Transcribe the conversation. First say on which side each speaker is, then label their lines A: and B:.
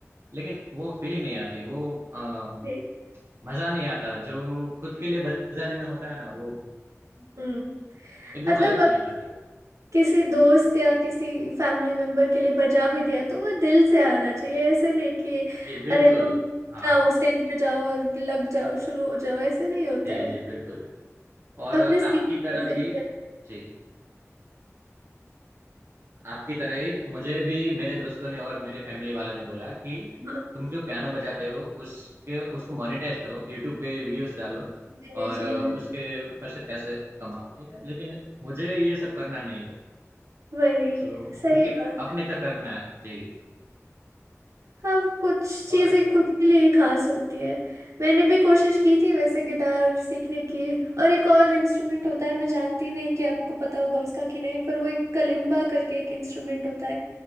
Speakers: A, on the right (about 55°); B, on the right (about 70°).
A: लेकिन वो फीलिंग नहीं आती वो अ,
B: <laughs>
A: मजा नहीं आता जो खुद के लिए बजाने में होता है ना वो
B: हम्म
A: एकदम
B: मतलब
A: अलग
B: अगर
A: फीलिंग आती है
B: किसी दोस्त
A: जी
B: या किसी फैमिली मेंबर के लिए बजा भी दिया तो वो दिल से आना चाहिए ऐसे नहीं कि
A: जी बिल्कुल
B: अरे तुम
A: हाँ
B: जाओ स्टेज पे जाओ और लग जाओ शुरू हो जाओ ऐसे नहीं होता
A: जी
B: है
A: जी बिल्कुल और
B: आपने
A: आपकी
B: सीखने
A: तरह
B: से
A: भी
B: भी
A: जी आपकी तरह ही मुझे भी मेरे दोस्तों ने और मेरे फैमिली वालों ने बोला कि
B: हाँ
A: तुम जो पियानो बजाते हो उसके उसको मोनेटाइज करो यूट्यूब पे वीडियोस डालो
B: जी
A: और
B: जी
A: अ, उसके ऊपर से पैसे कमाओ ठीक है लेकिन मुझे ये सब करना नहीं है
B: वही
A: सो
B: सही
A: क्योंकि
B: बात
A: अपने
B: है
A: तक रखना है जी
B: हाँ कुछ चीज़ें
A: और
B: खुद के लिए ही खास होती है मैंने भी कोशिश की थी वैसे गिटार सीखने की और एक और इंस्ट्रूमेंट होता है मैं जानती नहीं कि आपको पता होगा उसका कि नहीं पर वो एक कलिम्बा करके एक इंस्ट्रूमेंट होता है